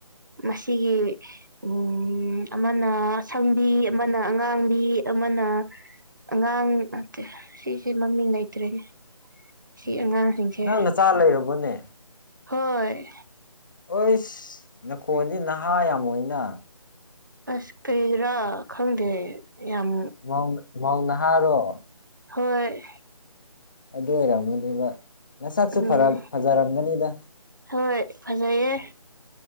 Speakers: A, on the right (about 35°); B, on the left (about 35°).
A: ꯃꯁꯤꯒꯤ ꯎ ꯑꯃꯅ ꯑꯁꯪꯕꯤ ꯑꯃꯅ ꯑꯉꯥꯡꯕꯤ ꯑꯃꯅ ꯑꯉꯥꯡ ꯅꯠꯇꯦ ꯁꯤꯁꯦ ꯃꯃꯤꯡ ꯂꯩꯇ꯭ꯔꯦꯅꯦ ꯁꯤ
B: ꯎꯝ
A: ꯑꯉꯥꯡꯁꯤꯡꯁꯦ
B: ꯅꯪ ꯅꯆꯥ ꯂꯩꯔꯕꯣꯅꯦ
A: ꯍꯣꯏ
B: ꯍꯣꯏꯁ ꯅꯈꯣꯗꯤ ꯅꯍꯥ ꯌꯥꯝꯃꯅ
A: ꯑꯁ ꯇ꯭ꯔꯥ ꯈꯪꯗꯦ ꯌꯥꯝ
B: ꯧ ꯃꯧꯅ ꯍꯥꯏꯔꯣ
A: ꯍꯣꯏ
B: ꯑꯗꯨ ꯑꯣꯏꯔꯝꯒꯅꯦꯕ ꯉꯁꯛꯁꯨ
A: ꯎꯝ
B: ꯐꯖꯔꯝꯒꯅꯤꯗ
A: ꯍꯣꯏ ꯐꯖꯩꯌꯦ